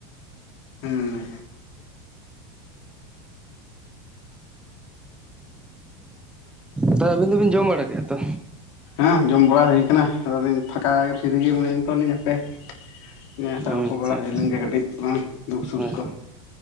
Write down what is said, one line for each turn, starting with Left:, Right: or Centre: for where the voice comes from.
Left: ᱦᱮᱸ
Centre: ᱛᱚ ᱟᱹᱵᱤᱱ ᱫᱚᱵᱤᱱ ᱡᱚᱢ ᱵᱟᱲᱟ ᱠᱮᱫ-ᱟ ᱛᱚ?
Left: ᱦᱟᱸ ᱡᱚᱢ ᱵᱟᱲᱟ ᱦᱩᱭ ᱠᱟᱱᱟ ᱟᱫᱚᱞᱤᱧ ᱯᱷᱟᱸᱠᱟ ᱯᱷᱤᱨᱤ ᱜᱮ ᱢᱮᱱᱟᱧ ᱛᱮ ᱦᱟᱯᱮ ᱱᱮᱥᱮ ᱨᱚᱯᱚ
Centre: ᱟᱪᱪᱷᱟ
Left: ᱵᱟᱲᱟ ᱦᱩᱭ
Centre: ᱟᱪᱪᱷᱟ
Left: ᱞᱮᱱᱜᱮ ᱠᱟᱹᱴᱤᱡ ᱫᱩᱠ ᱥᱩᱠᱷ
Centre: ᱦᱳᱭ
Left: ᱠᱚ